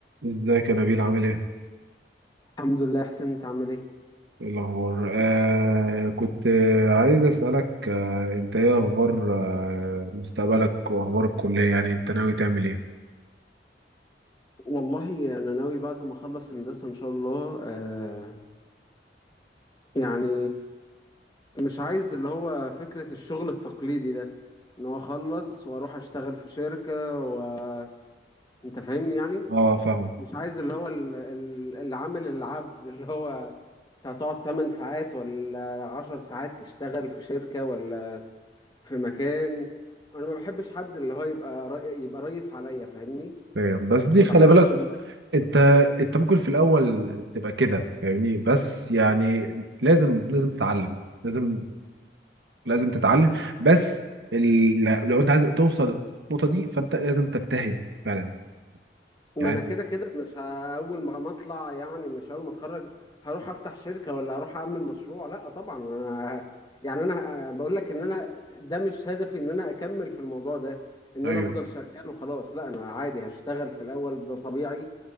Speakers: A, on the right (about 80°); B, on the left (about 25°).
A: ازيك يا نبيل عامل ايه؟
B: الحمد لله يا حسين انت عامل ايه
A: ايه الأخبار؟ آه كنت آه، عايز أسألك آه أنت إيه أخبار آه مستقبلك وأخبار الكلية يعني أنت ناوي تعمل إيه؟
B: والله انا ناوي بعد ما اخلص هندسه ان شاء الله آه يعني مش عايز اللي هو فكره الشغل التقليدي ده ان هو اخلص واروح اشتغل في شركه وانت فاهمني يعني
A: أه فاهم
B: مش عايز اللي هو ال- ال- العامل العبد اللي هو انت هتقعد 8 ساعات ولا 10 ساعات تشتغل في شركه ولا في مكان انا ما بحبش حد اللي هو يبقى ري- يبقى ريس عليا فاهمني
A: فاهم بس دي
B: ما
A: خلي
B: بحبش
A: بالك أنت أنت ممكن في الأول تبقى كده فاهمني بس يعني لازم لازم تتعلم لازم لازم تتعلم بس ال... لو أنت عايز توصل النقطة دي فأنت لازم تجتهد فعلا
B: ما
A: يعني
B: انا كده كده مش ه- اول ما ما اطلع يعني مش اول ما اتخرج هروح افتح شركه ولا هروح اعمل مشروع لا طبعا أنا يعني انا بقول لك ان انا ده مش هدفي ان انا اكمل في الموضوع ده ان
A: أيوه
B: انا افضل شغال وخلاص لا انا عادي هشتغل في الاول ده طبيعي